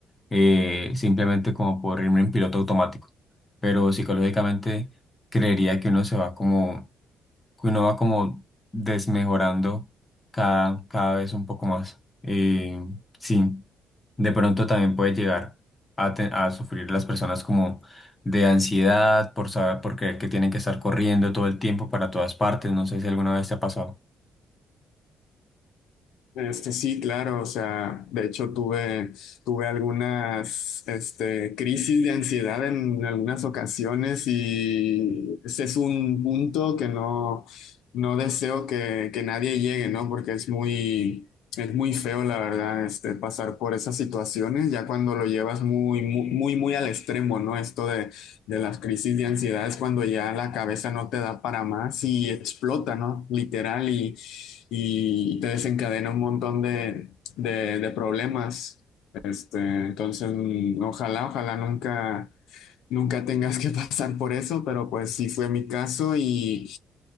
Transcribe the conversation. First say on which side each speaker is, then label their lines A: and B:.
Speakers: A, on the left; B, on the left.
A: eh, simplemente como por irme en piloto automático, pero psicológicamente creería que uno se va como que uno va como desmejorando cada, cada vez un poco más. Eh, sí, de pronto también puede llegar a, te- a sufrir las personas como de ansiedad por saber, por creer que tienen que estar corriendo todo el tiempo para todas partes. No sé si alguna vez te ha pasado.
B: Este sí, claro, o sea, de hecho tuve, tuve algunas, este, crisis de ansiedad en algunas ocasiones y ese es un punto que no, no deseo que, que nadie llegue, ¿no? Porque es muy, es muy feo, la verdad, este, pasar por esas situaciones, ya cuando lo llevas muy, muy, muy, muy al extremo, ¿no? Esto de, de las crisis de ansiedad es cuando ya la cabeza no te da para más y explota, ¿no? Literal y, y te desencadena un montón de, de- de problemas. Este, entonces, mm, ojalá, ojalá nunca, nunca tengas que <laughs> pasar por eso, pero pues sí fue mi caso y,